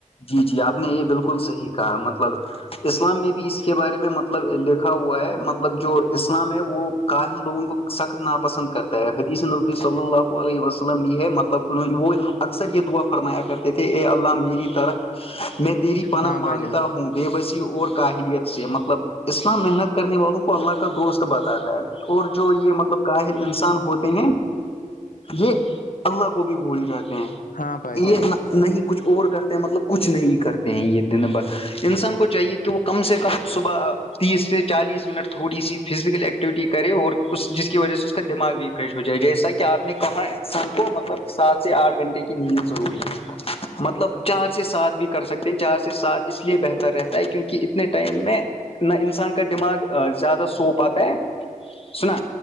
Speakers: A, on the left (about 45°); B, on the left (about 85°).
A: جی جی آپ نے یہ بالکل صحیح کہا مطلب اسلام میں بھی اس کے بارے میں مطلب لکھا ہوا ہے مطلب جو اسلام ہے وہ کاہل لوگوں کو سخت ناپسند کرتا ہے حدیث نبی صلی اللہ علیہ وسلم یہ ہے مطلب ان وہ اکثر یہ دعا فرمایا کرتے تھے اے اللہ میری طرح میں تیری پناہ
B: ہاں بھائی
A: مانگتا
B: جان
A: ہوں ب بسی اور کاہلیت سے مطلب النا محنت کرنے والوں کو اللہ کا دوست بتاتا ہے اور جو یہ مطلب کاہل انسان ہوتے ہیں یہ اللہ کو بھی بھول جاتے ہیں
B: ہاں بھائی جان
A: یہ نہیں کچھ اور کرتے مطلب کچھ نہیں کرتے ہیں یہ دن ب انسان کو چاہیے کہ وہ کم سے کم صبح تیس سے چالیس منٹ تھوڑی سی فزیکل ایکٹیویٹی کرے اور اس جس کی وجہ سے اس کا دماغ بھی فریش ہو جائے جیسا کہ آپ نے کہا انسان کو مطلب سات سے آٹھ گھنٹے کی نیند ضروری ہے مطلب چار سے سات بھی کر سکتے ہیں چار سے سات اس لیے بہتر رہتا ہے کیونکہ اتنے ٹائم میں نہ انسان کا دماغ زیادہ سو پاتا ہے سنا